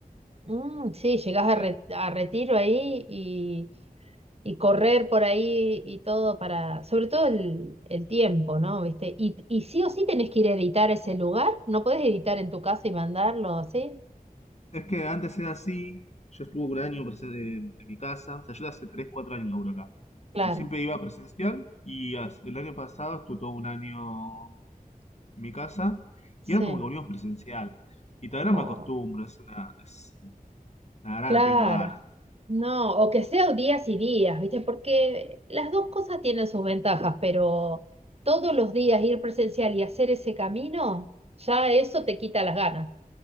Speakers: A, on the right; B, on the left.
A: Mm, sí, llegás
B: no
A: a,
B: sé,
A: Re- a Retiro ahí y, y correr por ahí y todo para, sobre todo el, el tiempo, ¿no? ¿Viste? Y, y sí o sí tenés que ir a editar ese lugar, no podés editar en tu casa y mandarlo así,
B: Es que antes era así, yo estuve un año presente en, mi casa, o sea, yo hace 3, 4 años laburo acá.
A: claro,
B: Yo siempre iba presencial y as- el año pasado estuve todo un año en mi casa
A: sí,
B: y era como que volvimos presencial. Y todavía
A: o
B: no me acostumbro, es una, es, la verdad
A: claro,
B: no tengo ganas.
A: no, o que sea días y días, ¿viste? Porque las dos cosas tienen sus ventajas, pero todos los días ir presencial y hacer ese camino, ya eso te quita las ganas,